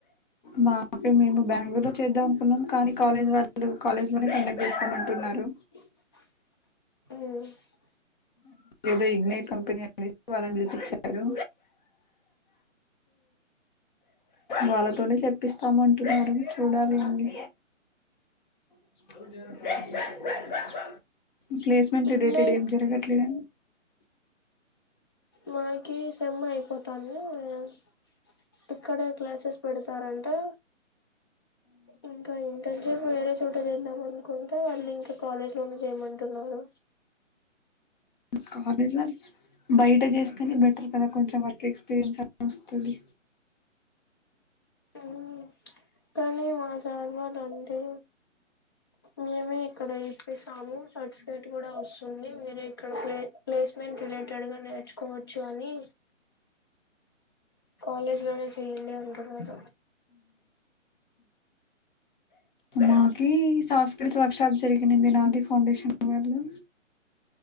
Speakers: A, on the left; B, on the left.
A: మా ప మే బ రంగూరులో చేద్దాం అనుకున్నాం కానీ, కాలేజ్ వాళ్ళు, కాలేజ్ లోనే కండక్ట్ చేస్త అంటున్నారు.
B: ఎ.
A: ఏదేయ్. <unintelligible> చెప్పారు. వాళ్ళతోనే చెప్పిస్తామంటున్నారు, చూడాలి అండి. <inaudible> ప్లేస్మెంట్
B: ఇగ్నైట్
A: రిలేటెడ్ ఏం జరగట్లేద.
B: మాకిస్. సేమ్ అయిపోతంది, అనస్. ఇక్కడే క్లాసెస్ పెడతారని. తో ఇంకా ఇంటర్న్షిప్ వేరే చోట చేద్దాం అనుకుంటే వాళ్ళు ఇంక కాలేజ్ లోనే చేయమంటున్నారు
A: కాలేజ్ ల బయట చేస్తేనే బెటర్ కదా కొంచెం అ ట్రిక్పీరియన్స్ అ వొస్తది
B: ఊ కానీ మా సార్ వాళ్ళు అంటే మేమే ఇక్కడ ఇప్పిస్తాము సర్టిఫికేట్ కూడా అవుస్ టుంది మీరు ఇక్కడ ప్లే ప్లేస్మెంట్ రిలేటెడ్ గా నేర్చుకోవచ్చు అని కాలేజ్ లోనే చేయ్యన్ది తరువాత
A: మకి సంస్కృతి వక్ష జరిగినంది నాధీ ఫౌండేషన్ ఎలో